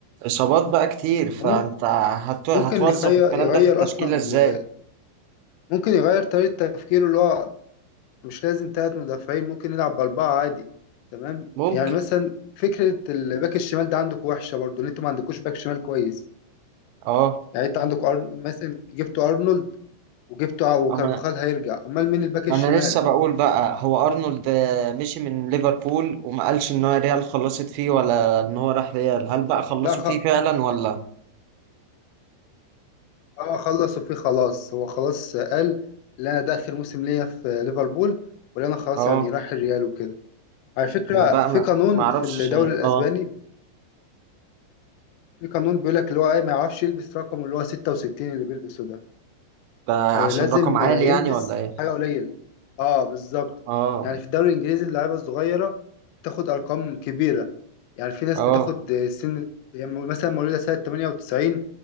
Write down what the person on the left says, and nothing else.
وممكن
ممكن يغير
يغير
أصلا
آه، ممكن يغير طريقة تفكيره اللي هو مش لازم تلات مدافعين ممكن يلعب بأربعة عادي تمام
يعني مثلا فكرة الباك الشمال ده عندكم وحشة برضه إن أنتوا ما عندكوش باك شمال كويس
يعني أنت عندكوا أر... مثلا جبتوا أرنولد وجبته وكارفاخال
هيرجع امال مين الباك الشمال
لا خ...
اه خلص وفيه خلاص هو خلاص قال لا انا ده اخر موسم ليا في ليفربول ولا انا خلاص
يعني رايح الريال وكده على فكره
في
قانون
في الدوري الاسباني
في قانون بيقول لك اللي هو ايه ما يعرفش يلبس رقم اللي هو 66 اللي بيلبسه ده
آه،
لازم
آه، يلبس
حاجه قليله اه بالظبط
يعني في الدوري الانجليزي اللعيبه الصغيره تاخد ارقام كبيره يعني في ناس
بتاخد آه، سن يعني مثلا مولوده سنه 98